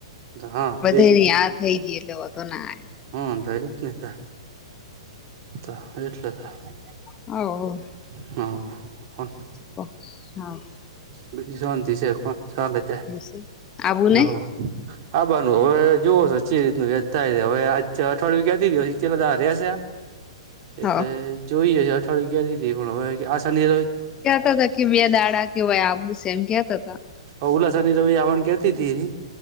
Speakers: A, on the right; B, on the left.
A: હા
B: બધે
A: બે
B: ની આ થઈ ગઈ એટલે વાંધો ના
A: હમ ર એ જ નહી ત એટલે <unintelligible>
B: હ
A: હા કો
B: ઓ હા
A: બીજી શાંતિ છે કો ચાલે છે
B: હ આવું નહી
A: હવ આ બારનું હવે જોવો છો જે રીતનું થાય છે હવેે અઠવાડિયું ક્યાથી ચેલા રશે
B: હ
A: એટલે જોઈએ છે અઠવાડિય કયાથી પણ હવે આ શની
B: કેતા હતા કે બે દાડા કેવાય આબુ છે એમ કેતા હતા
A: અ ઓલા શની રવિ આવાનુ કેતી હતી